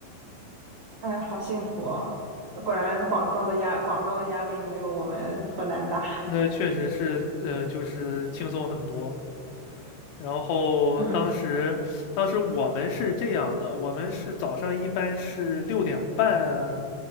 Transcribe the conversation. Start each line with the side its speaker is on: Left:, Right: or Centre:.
Right: 哎，好幸福哦果然广州的压广州的压力没有我们河南大。
Left: 那确实是呃就是轻松很多。然后当时，
Right: 嗯，
Left: 当时我们是这样的，我们是早上一般是六点半，